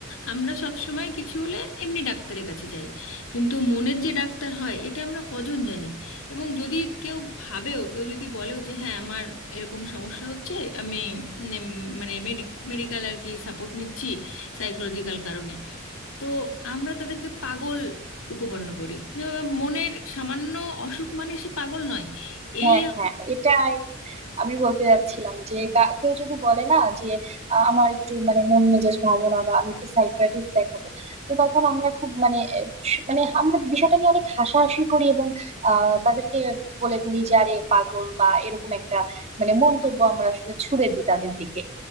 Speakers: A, on the left; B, on the right.
A: আমরা সব সময় কিছু হলে এমনি ডাক্তারের কাছে যাই কিন্তু মনের যে ডাক্তার হয় এটা আমরা কজন জানি এবং যদি কেউ ভাবেও কেউ যদি বলেও যে হ্যাঁ আমার এরকম সমস্যা হচ্ছে আমি নেম- মানে মেডিকেল আর কি সাপোর্ট নিচ্ছি সাইকোলজিক্যাল কারণে তো আমরা তাদেরকে পাগল উপপন্ন করি যে মনের সামান্য অসুখ মানে সে পাগল নয়
B: হ্যাঁ
A: এই
B: হ্যাঁ এটাই আমি বলতে যাচ্ছিলাম যে কা- কেউ যদি বলে না যে আ, আমার একটু মানে মন মেজাজ ভালো না বা আমি একটু সাইকিয়াট্রিস্ট দেখাবো তো তখন আমরা খুব মানে এ, স- মানে আমরা বিষয়টা নিয়ে অনেক হাসাহাসি করি এবং আহ তাদেরকে বলে ফেলি যে আরে পাগল বা এরকম একটা মানে মন্তব্য আমরা আসলে ছুড়ে দিই তাদের দিকে